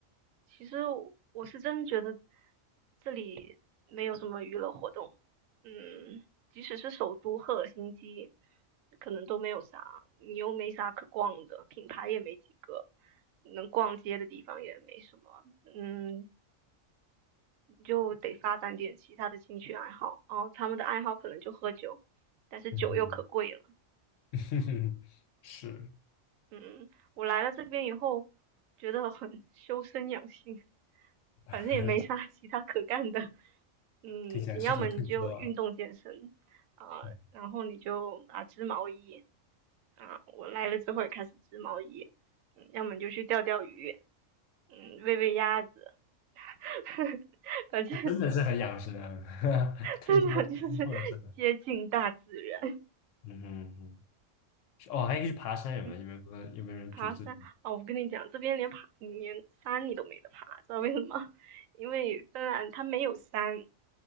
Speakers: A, on the right; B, on the left.
A: 其实我我是真觉得这里没有什么娱乐活动。嗯，即使是首都赫尔辛基，可能都没有啥，你又没啥可逛的，品牌也没几个，能逛街的地方也没什么。嗯，你就得发展点其他的兴趣爱好。哦，他们的爱好可能就喝酒，但是酒又可贵了。
B: 嗯哼，<laughs> 是，
A: 嗯，我来了这边以后，觉得很修身养性，
B: <laughs>
A: 反正也没啥其他可干的。嗯，
B: 听起来适合退休啊。
A: 你要么你就运动健身啊、
B: 嗯
A: 然后你就啊织毛衣啊、我来了之后也开始织毛衣，嗯，要么你就去钓钓鱼，嗯，喂喂鸭子，<laughs> 反正
B: 真的是很养生啊，<laughs> 退休退休后的生活。
A: 真的就是接近大自然，
B: 嗯哼嗯哼哦，还可以去爬山，有没有？
A: 嗯。
B: 有没有有没有人组织？
A: 爬山啊，我跟你讲，这边连爬连山你都没得爬，知道为什么？<laughs> 因为芬兰它没有山。